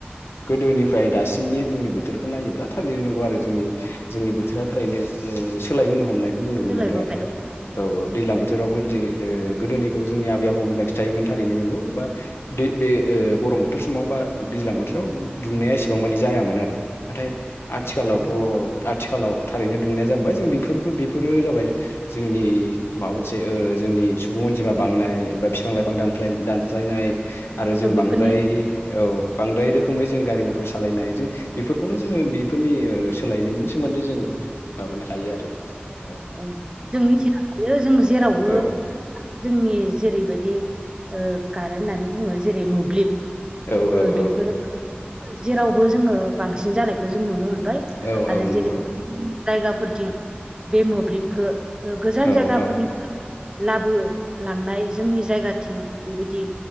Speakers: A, on the left (about 85°); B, on the right (about 20°).
A: गोदोनिफ्राय दासिमनि जोंनि बोथोरखौ नायोब्ला थारैनो नंगौ आरो जोंनि जोंनि बोथोरा थारैनो ओ सोलायबोनो हमनायखौ जों नुनो
B: सोलायबोबाय
A: मोनदों आरो औ औ दै्लां बोथोरावबो गोदोनि खौ जोंनि आबै आबौनो लाखि थायोमोन थारैनो नगौ बा बे गरम बोथोर समाव बा दैज्लां बोथोराव बि‌व दुंनाया एसेबां मानि जायामोन आरो नाथाय आथिखालावथ'
B: जानांगौ
A: आथिखालाव थारैनो दुंनाया जाबबाय जों बेफोरखौ बेफोरो जाबाय जोंनि माबा मोनसे ओ जोंनि सुबुं अनजिमा बांनाय बा बिफां लाइफां दानस्लायनाय आरो जों बांद्राय
B: बेफोरनि
A: औ बांद्राय रोखोमै जों गारि मथर सालायनाय जों बेफोरखौनो जोङो बेफोरनि सोलायनायनि सोमोन दै जों माबानो हायो आरो ।
B: ओ जों मिथिनो हायो जों जेरावबो
A: औ
B: जोंनि जेरैबायदि ओ कारेन् होननानै बुङो जेरै मोब्लिब
A: औ
B: ओ
A: औ औ
B: बेफोरो जेरावबो जोङो बांसिन जानायखौ जों नुनो मोनदों । आरो
A: औ औ नंगौ
B: जेरै जायगाफोरथिं बे मोब्लिबखौ गोजान
A: औ औ
B: जायगाफोरनिफ्राय
A: औ
B: लाबो लांनाय जोंनि जायगा थिं बेबायदि